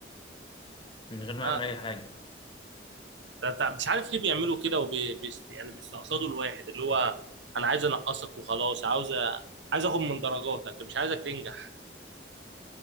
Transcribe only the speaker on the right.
آه.
ده ده مش عارف ليه بيعملوا كده وبي بي يعني بيستقصدوا الواحد اللي هو انا عايز انقصك وخلاص عاوز أ- عايز اخد من درجاتك مش عايزك تنجح